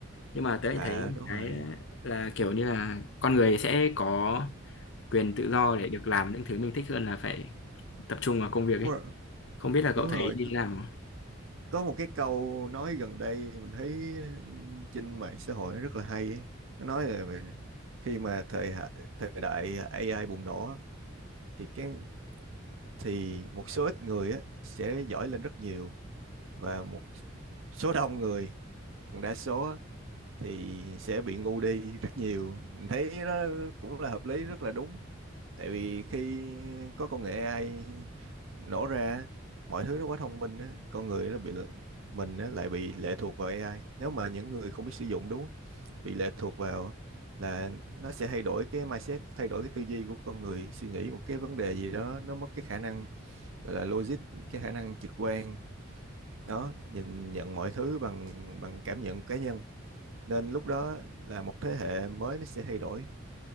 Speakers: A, on the left (about 65°); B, on the right (about 70°).
A: Nhưng mà tớ lại
B: à
A: thấy
B: đúng
A: cái
B: rồi
A: là kiểu như là con người sẽ có quyền tự do để được làm những thứ mình thích hơn là phải tập trung vào công
B: đúng
A: việc ấy.
B: rồi
A: Không biết là
B: đúng
A: cậu thấy
B: rồi
A: như thế nào?
B: có một cái câu nói gần đây mình thấy trên mạng xã hội nó rất là hay ấy. Nó nói là về khi mà thời hạ- thời đại AI bùng nổ á, thì cái thì một số ít người á, sẽ giỏi lên rất nhiều và một số đông người phần đa số á, thì sẽ bị ngu đi rất nhiều mình thấy nó cũng là hợp lý rất là đúng tại vì khi có công nghệ AI nổ ra mọi thứ nó quá thông minh á, con người nó bị mình á, lại bị lệ thuộc vào AI nếu mà những người không biết sử dụng đúng bị lệ thuộc vào là nó sẽ thay đổi cái mindset thay đổi cái tư duy của con người suy nghĩ một cái vấn đề gì đó nó mất cái khả năng gọi là logic cái khả năng trực quan đó nhìn nhận mọi thứ bằng bằng cảm nhận cá nhân nên lúc đó là một thế hệ mới nó sẽ thay đổi